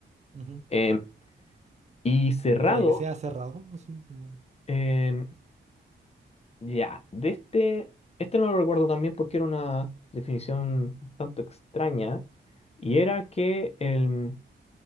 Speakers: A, on the right (about 35°); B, on the left (about 30°).
A: Ujú.
B: Em, Y cerrado,
A: Y para que sea cerrado, así como...
B: em, ya, de este, este no lo recuerdo también porque era una definición un tanto extraña, y era que el,